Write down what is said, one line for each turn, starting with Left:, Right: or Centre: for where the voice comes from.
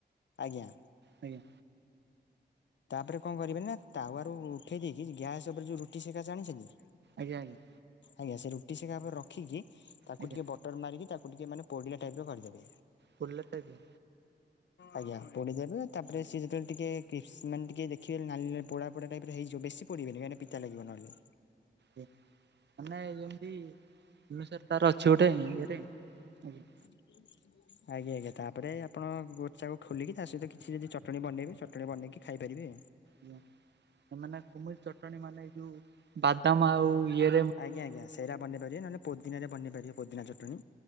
Left: ଆଜ୍ଞା।
Right: ଆଜ୍ଞା
Left: ତାପରେ କଣ କରିବେ ନା ତାୱାରୁ ଉଠେଇ ଦେଇକି ଗ୍ୟାସ୍ ଉପରେ ଯୋଉ ରୁଟି ସେକା ଜାଣିଛନ୍ତି?
Right: ଆଜ୍ଞା, ଆଜ୍ଞା।
Left: ଆଜ୍ଞା ସେ ରୁଟି ସେକା ଉପରେ ରଖିକି ତାକୁ
Right: ଆଜ୍ଞା
Left: ଟିକେ ବଟର୍ ମାରିକି ତାକୁ ଟିକେ ମାନେ ପୋଡ଼ିଲା ଟାଇପର କରିଦେବେ।
Right: ପୋଲା ଟାଇପ୍ ର
Left: ଆଜ୍ଞା ପୋଡ଼ିିଦେବେ ତାପରେ ସେ ଯେତେଳେ ଟିକେ କିପ୍ସ ମାନେ ଟିକେ ଦେଖିବେ ନାଲି ନାଲି ପୋଡ଼ା ପୋଡ଼ା ଟାଇପ୍ ର ହେଇଯିବ ବେଶୀ ପୋଡ଼ିବେନି କାଇଁନା ପିତା ଲାଗିବ ନହେଲେ।
Right: ମାନେ ଏଇ ଯେମିତି ଭୁବେନେଶ୍ୱର ତାର ଅଛି ଗୋଟେ ଇଏରେ ଆଜ୍ଞା।
Left: <inaudible> ଆଜ୍ଞା ଆଜ୍ଞା ତାପରେ ଆପଣ ଗୋଚାକୁ ଖୋଲିକି ତା ସହିତ କିଛି ଯଦି ଚଟଣୀ ବନେଇବେ ଚଟଣୀ ବନେଇକି ଖାଇପାରିବେ।
Right: ଆଜ୍ଞା ମାନେ କେମିତି ଚଟଣୀ ମାନେ ଏଇ ଯୋଉ ବାଦାମ ଆଉ ଇଏ
Left: ଆଜ୍ଞା ଆଜ୍ଞା ସେଇରା ବନେଇପାରିବେ ନହନେ ପୋଦିନାରେ ବନେଇପାରିବେ ପୋଦିନା ଚଟଣୀ।